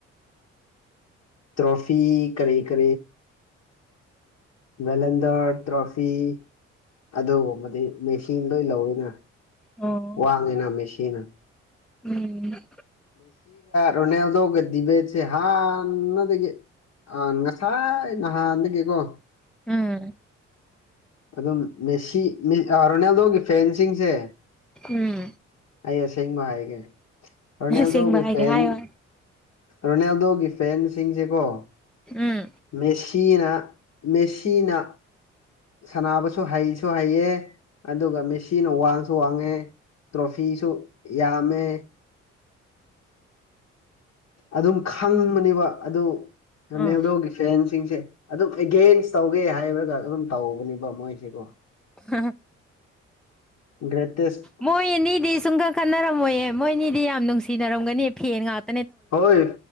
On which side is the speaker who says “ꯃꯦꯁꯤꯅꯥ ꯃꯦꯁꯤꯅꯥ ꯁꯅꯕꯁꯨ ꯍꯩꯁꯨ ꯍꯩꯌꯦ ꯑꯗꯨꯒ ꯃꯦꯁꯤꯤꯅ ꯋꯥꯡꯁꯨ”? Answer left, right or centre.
Left